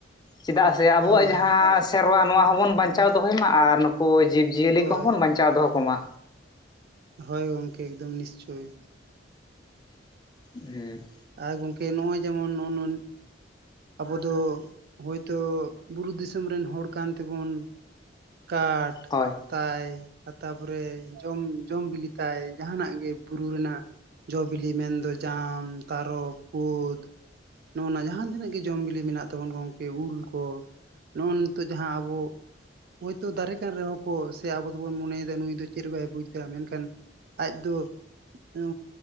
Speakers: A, on the left; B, on the right.
A: ᱪᱮᱫᱟᱜ ᱥᱮ ᱟᱵᱚᱣᱟᱜ
B: ᱦᱳᱭ
A: ᱡᱟᱦᱟᱸ ᱥᱮᱨᱣᱟ ᱱᱚᱣᱟ ᱦᱚᱸᱵᱚᱱ ᱵᱟᱧᱪᱟᱣ ᱫᱚᱦᱚᱭ ᱢᱟ ᱟᱨ ᱱᱩᱠᱩ ᱡᱤᱵᱽᱼᱡᱤᱭᱟᱹᱞᱤ
B: ᱦᱳᱭ
A: ᱠᱚᱦᱚᱸ ᱵᱚᱱ ᱵᱟᱧᱪᱟᱣ ᱫᱚᱦᱚ ᱠᱚᱢᱟ,
B: ᱦᱚᱭ ᱜᱚᱢᱠᱮ ᱮᱠᱫᱚᱢ ᱱᱤᱥᱪᱚᱭ,
A: ᱦᱩ,
B: ᱟᱨ ᱜᱚᱝᱠᱮ ᱱᱚᱜᱼᱚᱭ ᱡᱮᱢᱚᱱ ᱱᱚ <inaudible> ᱟᱵᱚ ᱫᱚ ᱦᱚᱭᱛᱚ ᱵᱩᱨᱩ ᱫᱤᱥᱚᱢ ᱨᱮᱱ ᱦᱚᱲ ᱠᱟᱱ ᱛᱮᱵᱚᱱ, ᱠᱟᱜ
A: ᱦᱳᱭ
B: ᱛᱟᱭ ᱛᱟᱯᱚᱨᱮ ᱡᱚᱢ ᱡᱚᱢ ᱵᱤᱞᱤ ᱛᱟᱭ ᱡᱟᱦᱟᱱᱟᱜ ᱜᱮ ᱵᱩᱨᱩ ᱨᱮᱱᱟᱜ, ᱡᱚᱼ ᱵᱤᱞᱤ ᱢᱮᱱᱫᱚ ᱡᱟᱢ ᱛᱟᱨᱚᱵ ᱠᱩᱫᱽ, ᱱᱚᱜᱼᱚ ᱱᱟ ᱡᱟᱦᱟᱸ ᱛᱤᱱᱟᱹᱜ ᱜᱮ ᱡᱚᱢ ᱵᱤᱞᱤ ᱢᱮᱱᱟᱜ ᱛᱟᱵᱚᱱ ᱜᱚᱝᱠᱮ ᱩᱞ ᱠᱚ, ᱱᱚᱜᱼᱚ ᱱᱤᱛᱳᱜ ᱡᱟᱦᱟᱸ ᱟᱵᱚ, ᱦᱳᱭᱛᱚ ᱫᱟᱨᱮ ᱠᱟᱱ ᱨᱮᱦᱚᱸ ᱠᱚ ᱥᱮ ᱟᱵᱚ ᱫᱚᱵᱚᱱ ᱢᱚᱱᱮᱭᱮᱫᱟ ᱱᱩᱭ ᱫᱚ ᱪᱮᱫ ᱵᱟᱭ ᱵᱩᱡ ᱫᱟ ᱢᱮᱱᱠᱷᱟᱱ, ᱟᱡ ᱫᱚ ᱱᱩ